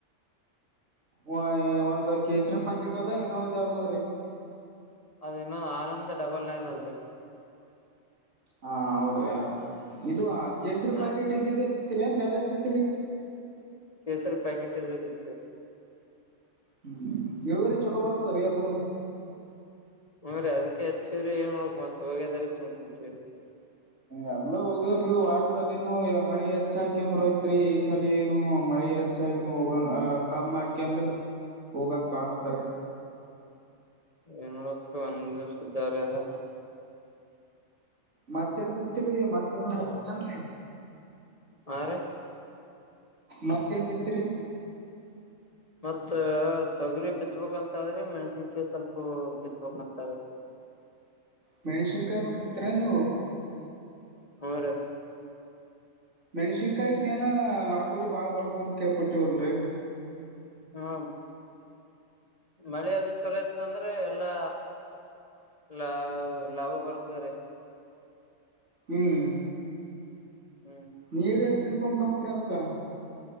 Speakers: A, on the right; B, on the left.
A: ಹ ಒಂದು ಕೇಸರಿ ಪ್ಯಾಕೆಟ್ ಅದ ಇನ್ನೊ ಒಂದ್ ಯಾವ್ದದ್ರೀ
B: ಅದೇನೋ ಆನಂದ ಡಬಲ್ ನೈನ್ ಆದದ್ರೆ
A: ಹಾ ಹೌದ್ರೆ ಇದು ಕೇಸರಿ
B: ಹಾ
A: ಪಾಕೆಟ್ ಇದ್ದಿದ್ದೆ ಬಿತ್ತರಿ ಏನ್ ಬೇರೆದ್ ಬಿತ್ತ
B: ಕೇಸರಿ ಪ್ಯಾಕೆಟ್ ಇರದ ಬಿತ್ತು
A: ಹ್ಮ್ ಇಳುವರಿ ಚಲೋ ಬರ್ತದ್ರೀ ಅದು
B: ಹೂ್ರೀ ಅದಕ್ಕೆ ಹಚ್ಚಿವ್ರರಿ ಏನ್ ಮಾಡ್ಬೇಕು ಮತ್ ಹೋಗ್ಯದ್ರ ಸುಮ್ ಕುಂತೇವಿ
A: ಎಲ್ಲ ಹೋಗ್ಯವ್ರಿ ವಾಸಲಿನನು ಮಳಿ ಹೆಚ್ಚಾಕಂದ್ ಯತ್ರಿ ಈ ಸಲನು ಮಳಿ ಚ್ಚಾಯನು ಹೋಗಂಗ ಅ ಕಮ್ಮಾಕಿ ಅಂದ್ರ ಹೋಗಂಗ ಕಾಣತಾರ
B: ಏನ್ ನೋಡಕ್ತ ಒಂದು ಸುದ್ದರದ
A: ಮತ್ತೇಏನ್ ಬಿತ್ತರಿ ಮತ್ತ ಏನ್ ಬಿನ್ರಿ
B: ಹಾ ರ
A: ಮತ್ತೇನ್ ಬಿತ್ತರಿ
B: ಮತ್ತ ತೊಗರಿ ಬಿತ್ಬೇಕಂತ ಆದ್ರೆ ಮೆಣ್ಸಿನ್ಕ ಸ್ವಲ್ಪ ಬಿತ್ಬೇಕಂತಾದ್ರ
A: ಮೆಣಶಂಕನು ಬೆತ್ರರನ್ನುವು
B: ಹ್ಮ ರೀ
A: ಮೆಣ್ಸಿನ್ಕಾಯಿಗ ಏನ ಲಾಾಗೋಡಿ ಬಾಳ ಬರ್ತಂತ ಕಪಟ್ಟಿ ಒಲ್ರಿ
B: ಹ್ಮ ಮಳೆ ಅದು ಚಲೋ ಇತ್ತ ಅಂದ್ರೆ ಎಲ್ಲಾ ಲಾ ಲಾಭ ಬರ್ತದ ರ
A: ಹ್ಮ್
B: ಹ್ಮ್
A: ನೀರು ಎಷ್ಟು ತಿನ್ಕೊಂಡ ಬಿಿಡ ಹಕ್ರ ಅದಕ್ಕ